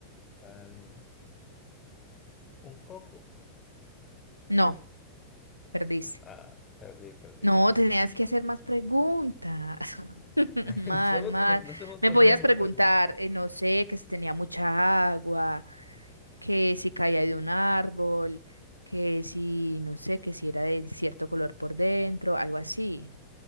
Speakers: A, on the left; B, on the right.
A: tal. Un coco.
B: No, perdiste.
A: Ah, perdí, perdí.
B: No, tenías que hacer más preguntas. <laughs>
A: <laughs>
B: Más,
A: No se me
B: más.
A: ocurre- no se me ocurría
B: Me podías
A: más
B: preguntar,
A: pregunta.
B: eh, no sé, que si tenía mucha agua, que si caía de un árbol, que si, no sé, que si era de cierto color por dentro, algo así.